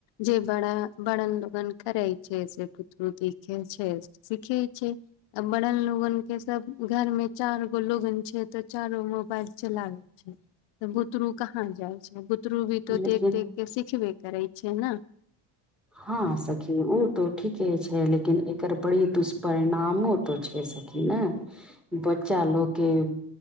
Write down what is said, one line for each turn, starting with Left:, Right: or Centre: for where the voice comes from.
Left: जे बड़ बड़न लगन करै छै से पुत्रू देखि छै सिखे छै आ बड़न लोगन के सब घर मे चार गो लोगन छै त चारो मोबाइल चलाबै छय तऽ बुतरू कहाँ जाइ छय बुतरू भी तो
Centre: लेकिन
Left: देख देख के सिखबे करै छै ने
Centre: हँ सखी ओ तो ठीके छय लेकिन एकर बड़ी दुष्परिणामो तो छै स की ने बच्चा लोक के